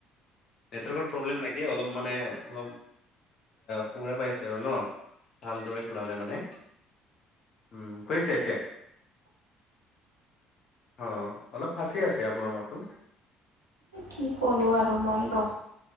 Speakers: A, on the left; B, on the right.
A: নেটৱৰ্কৰ প্ৰব্লেম নেকি অলপ মানে অলপ সুবুৰা পাই আছে আৰু ন ভালদৰে শুনা নাই মানে উম খুজিছে এতিয়া অ অলপ ফাঁচি আছে আপোনাৰ মতটো
B: কি কৰো আৰু মই ৰ